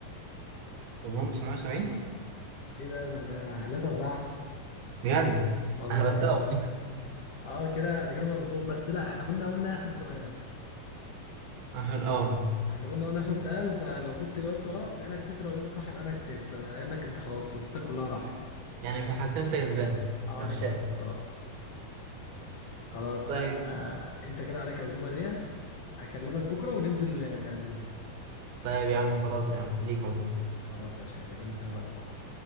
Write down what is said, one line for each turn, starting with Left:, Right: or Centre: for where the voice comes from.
Right: اظن 970
Left: ايه ده انا انت حليتها صح
Right: بجد
Left: والله
Right: هبتها والله.
Left: اه كده ده كده مظبوط بس لا احنا كنا قلنا اخر سؤال
Right: اخر اه
Left: احنا كنا قلنا اخر سؤال فلو كنت جاوبته غلط يبقى انا كسبت لو جاوبت صح يبقى انا كسبت لانك انت خلاص فرصتك كلها راحت
Right: يعني في الحالتين انت كسبان
Left: اه
Right: غشاش
Left: انا كده كسبت خلاص خلاص
Right: طيب
Left: بقى انت كده عليك عزومة ليا هكلمك بكرة وننزل تعزمني
Right: طيب يا عم خلاص يا عم ليك عزومه
Left: خلاص ماشي هكلمك انا بقى بكرة